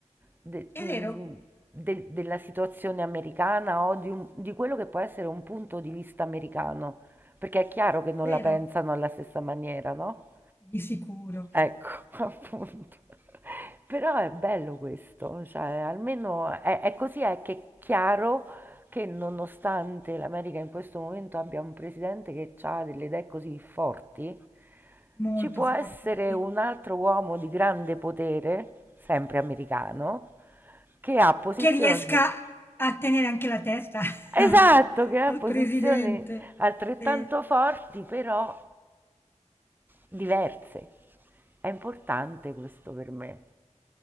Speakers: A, on the right; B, on the left.
A: de-
B: vero,
A: mh, de- della situazione americana o di, un- di quello che può essere un punto di vista americano, perché è chiaro che non
B: è vero,
A: la pensano alla stessa maniera, no?
B: di sicuro,
A: Ecco, <laughs> appunto. Però è bello questo, cioè almeno è, è così è che è chiaro che nonostante l'America in questo momento abbia un presidente che ha delle idee così forti,
B: molto
A: ci può
B: forte,
A: essere
B: sì.
A: un altro uomo di grande potere, sempre americano, che ha posizioni,
B: che riesca a tenere anche la testa <laughs>
A: esatto,
B: al,
A: che ha
B: al
A: posizioni
B: presidente.
A: altrettanto
B: Sì.
A: forti, però diverse. È importante questo per me.